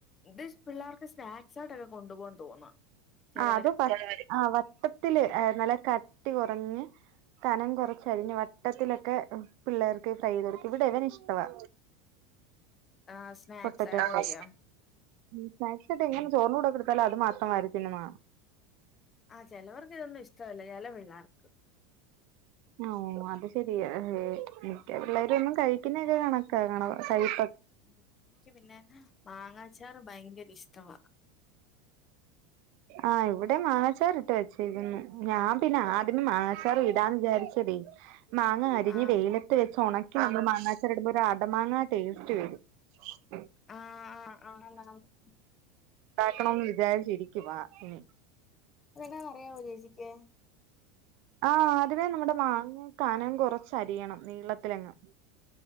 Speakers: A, on the left; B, on the right.
A: ഇത് പിള്ളേർക്ക് സ്നാക്സ്സായിട്ടൊക്കെ കൊണ്ടുപോവും തോന്നാ ചെലവര്
B: ആ അത് വ ആ വട്ടത്തില് നല്ല കട്ടി കുറഞ്ഞ് കനം കുറച്ചരിഞ്ഞ് വട്ടത്തിലൊക്കെ പിള്ളേർക്ക് ഫ്രൈയ്തെട്ക്ക ഇവ്ടെ ഇവനിഷ്ടവാ
A: ആ സ്നാക്സ്
B: പൊട്ടാറ്റൊ
A: ആയിട്ടല്ലയോ
B: ഫ്രൈ ഉം <unintelligible> ഇങ്ങനെ ചോറിൻ്റെ കൂടെ കൊട്ത്താലും അത് മാത്രം വാരിത്തിന്നുന്ന കാണാ
A: ആഹ് ചെലവർക്കിതൊന്നും ഇഷ്ടവല്ല ചെല പിള്ളാർക്ക്
B: ആഹ് അത് ശരിയാ മിക്ക പിള്ളേരൊന്നും കഴിക്കുന്നൊക്കെ കണക്കാ കാണ സൈട
A: ഉം എനിക്ക് പിന്നെ മാങ്ങാച്ചാർ ഭയങ്കരിഷ്ടവാ
B: ആഹ് ഇവ്ടെ മാങ്ങച്ചാറിട്ട് വെച്ചേക്ക്ന്ന് ഞാൻ പിന്നെ ആദ്യമേ മാവിങ്ങച്ചാറ് ഇടാന്ന് വിചാരിച്ചതേ മാങ്ങ അരിഞ്ഞ്
A: ആ
B: വെയ്ലത്ത് വെച്ചൊണക്കി നമ്മൾ മാങ്ങാച്ചാറ്ടുമ്പോ ഒരട മാങ്ങ ടേസ്റ്റ് വരും <unintelligible>
A: ആഹ് ആഹ് അങ്ങെൻ നെ <unintelligible>
B: ണ്ടാക്കണം വിചാരിച്ചിരിക്കുവാ ഉം
A: അതെന്നാ ന്നറിയാവോ ചേച്ചിക്ക്
B: ആഹ് അതിന് നമ്മുടെ മാങ്ങ കനം കൊറച്ചരിയണം നീളത്തിലങ്ങ്